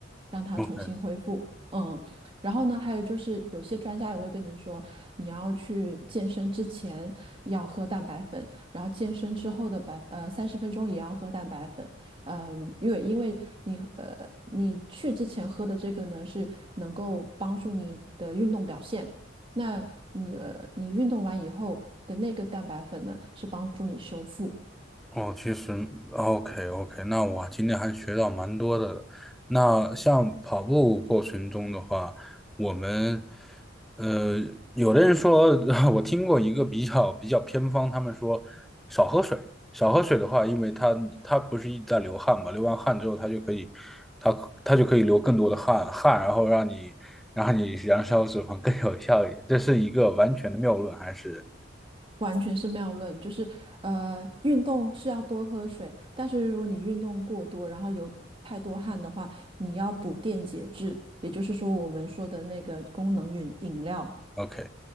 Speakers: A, on the right; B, in the centre.
A: 让它重新恢复。
B: ？OK，
A: 嗯，然后呢，还有就是有些专家也会跟你说，你要去健身之前要喝蛋白粉，然后健身之后的百呃三十分钟也要喝蛋白粉，嗯，因为因为你呃，你去之前喝的这个呢，是能够帮助你的运动表现。那你呃，你运动完以后的那个蛋白粉呢，是帮助你修复，
B: 哦，其实 OK OK，那我今天还学到蛮多的。那像跑步过程中的话，我们呃，有的人说，<laughs> 我听过一个比较比较偏方，他们说少喝水，少喝水的话，因为它它不是一直在流汗嘛，流完汗之后它就可以，它它就可以流更多的汗汗，然后让你让你燃烧脂肪更有效一点，这是一个完全的谬论，还是？
A: 完全是谬论。就是呃，运动是要多喝水，但是如果你运动过多，然后流太多汗的话，你要补电解质，也就是说我们说的那个功能饮饮料。
B: OK